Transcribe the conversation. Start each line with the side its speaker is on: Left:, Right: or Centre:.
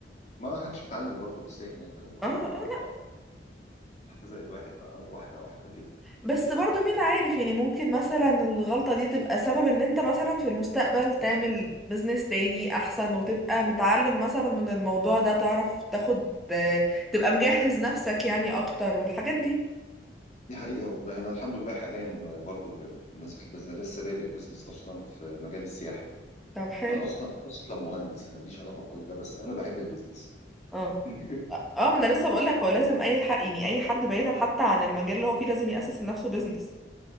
Left: ما حدش بيتعلم برضه بالساهل يعني يا رضوى
Centre: اه اه
Left: فاهمة هو
Centre: لا
Left: واحدة زائد واحد بقى واحدة واحدة كده
Centre: بس برضو مين عارف يعني ممكن مثلا الغلطة دي تبقى سبب ان انت مثلا في المستقبل تعمل بزنس تاني احسن وتبقى متعلم مثلا من الموضوع ده تعرف تاخد آه، تبقى مجهز نفسك يعني اكتر والحاجات دي
Left: دي حقيقة والله أنا الحمد لله حاليا ب- برضه بمناسبة البيزنس أنا لسه بادئ بيزنس أصلا في مجال السياحة
Centre: طب حلو
Left: أنا أصلا أصلا مهندس أنا ماليش علاقة بكل ده بس أنا بحب البيزنس
Centre: اه
Left: <laughs>
Centre: اه ما انا لسه بقول لك هو لازم اي حق يعني اي حد بعيدا حتى عن المجال اللي هو فيه لازم يأسس لنفسه بيزنس